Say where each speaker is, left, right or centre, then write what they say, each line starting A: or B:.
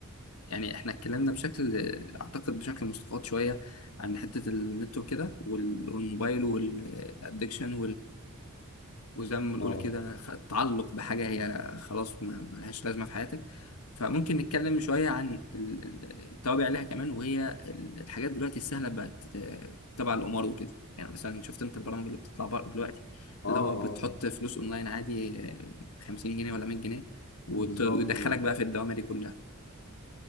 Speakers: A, on the left; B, on the left.
A: يعني احنا اتكلمنا بشكل اعتقد بشكل مستفاض شويه عن حته النت وكده وال- والموبايل والادكشن وزي ما بنقول
B: اه
A: كده خ- تعلق بحاجة هي خلاص ما ملهاش لازمة في حياتك فممكن نتكلم شوية عن ال- ال- التوابع ليها كمان وهي ال- الحاجات دلوقتي السهلة بقت ت- تبع القمار وكده يعني مثلا شفت انت البرامج اللي بتطلع بره دلوقتي
B: اه
A: اللي
B: اه
A: هو بتحط
B: آه.
A: فلوس اونلاين عادي آه، 50 جنيه ولا 100 جنيه وت-
B: بالظبط
A: ويدخلك
B: و-
A: بقى في الدوامة دي كلها